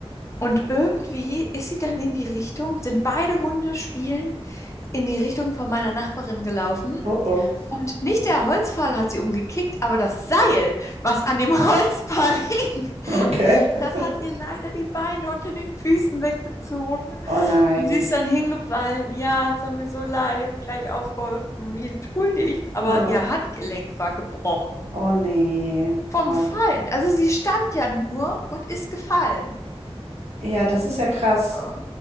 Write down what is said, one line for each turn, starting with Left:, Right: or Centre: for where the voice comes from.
Left: Und irgendwie ist sie dann in die Richtung, sind beide Hunde spielend in die Richtung von meiner Nachbarin gelaufen.
Right: Oh, oh,
Left: Und nicht der Holzpfahl hat sie umgekickt, aber das Seil, was an dem <laughs> Holzpfahl hing,
Right: okay. <laughs>
Left: das hat ihr leider die Beine unter den Füßen weggezogen.
Right: Oh nein.
Left: Und sie ist dann hingefallen. Ja, es hat mir so leid, ich habe gleich aufgeholfen und mich entschuldigt. Aber
Right: Oh,
Left: ihr Handgelenk war gebrochen
Right: oh nee.
Left: vom
Right: Oh.
Left: Fallen. Also sie stand ja nur und ist gefallen.
Right: Ja, das ist ja krass.
Left: Oh,